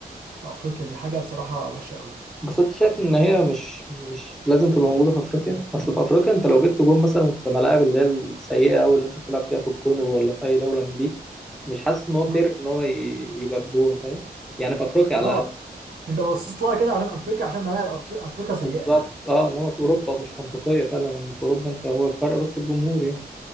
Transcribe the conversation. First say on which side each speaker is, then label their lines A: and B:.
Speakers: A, on the right; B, in the centre.
A: في افريقيا دي حاجه بصراحه وحشه قوي
B: بس انت شايف ان هي مش مش لازم تبقى موجوده في افريقيا اصل في افريقيا انت لو جبت جون مثلا في ملاعب اللي هي السيئه او اللي انت بتلعب فيها في الكونغو ولا في اي دوله من دي مش حاسس ان هو فير
A: مم.
B: ان هو ي- يبقى بجون فاهم يعني في افريقيا على
A: اه
B: الاقل
A: انت بصيت لها كده عشان افريقيا عشان ملاعب أف- افريقيا سيئه
B: بالظبط
A: يعني
B: اه انما في اوروبا
A: مم.
B: مش منطقيه فعلا ان في اوروبا انت هو الفرق بس الجمهور يعني